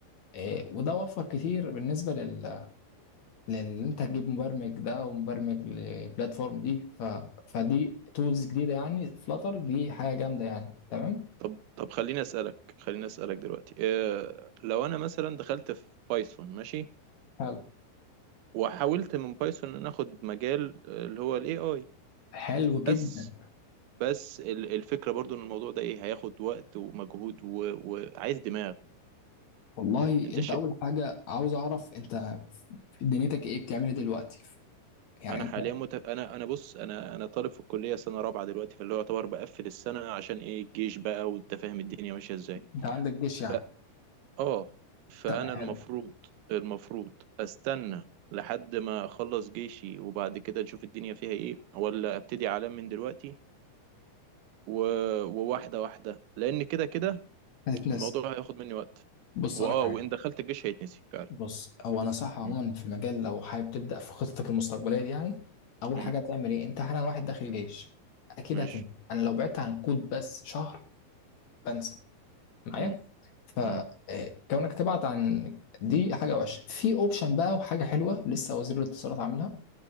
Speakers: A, on the left; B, on the right.
A: آه، وده وفر كتير بالنسبه لل لان انت تجيب مبرمج ده ومبرمج للبلاتفورم دي ف... فدي تولز جديده يعني فلاتر دي حاجه جامده يعني تمام
B: طب طب خليني اسألك خليني اسألك دلوقتي إيه لو انا مثلا دخلت في بايثون ماشي
A: حلو
B: وحاولت من بايثون ان اخد مجال اللي هو الاي اي
A: حلو
B: بس
A: جدا
B: بس ال- الفكرة برضو ان الموضوع ده ايه هياخد وقت ومجهود و- وعايز دماغ
A: والله
B: انت
A: انت
B: ش...
A: اول حاجه عاوز اعرف انت دنيتك ايه بتعمل ايه دلوقتي يعني
B: انا
A: انت
B: حاليا مت... انا انا بص انا انا طالب في الكليه سنه رابعه دلوقتي فاللي هو يعتبر بقفل السنه عشان ايه الجيش بقى وانت فاهم الدنيا ماشيه ازاي
A: انت عندك جيش يعني
B: ف اه فانا
A: طب حلو
B: المفروض المفروض استنى لحد ما اخلص جيشي وبعد كده اشوف الدنيا فيها ايه ولا ابتدي اعلم من دلوقتي و... وواحده واحده لان كده كده
A: هتتنسى
B: الموضوع هياخد مني وقت
A: بص
B: واه
A: لك حاجه
B: وان دخلت الجيش هيتنسي فعلا
A: بص هو انا صح عموما
B: م-
A: في مجال لو حابب تبدا في خطتك المستقبليه دي يعني اول
B: م-
A: حاجه هتعمل ايه انت حالا واحد داخل جيش اكيد
B: ماشي
A: هتنسى انا لو بعدت عن الكود بس شهر بنسى معايا
B: م-
A: فكونك
B: م-
A: تبعد عن دي حاجه وحشه في اوبشن بقى وحاجه حلوه لسه وزير الاتصالات عاملها